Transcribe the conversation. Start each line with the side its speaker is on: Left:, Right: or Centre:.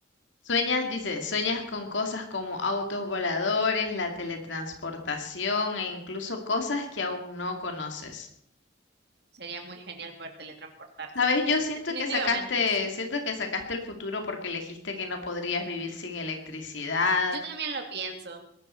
Left: Sueñas, dice, sueñas con cosas como autos voladores, la teletransportación e incluso cosas que aún no conoces.
Right: Sería muy genial poder teletransportarse.
Left: Sabes, yo siento
Right: Definitivamente,
Left: que sacaste,
Right: sí.
Left: siento que sacaste el futuro porque elegiste que no podrías vivir sin electricidad,
Right: Yo también lo pienso.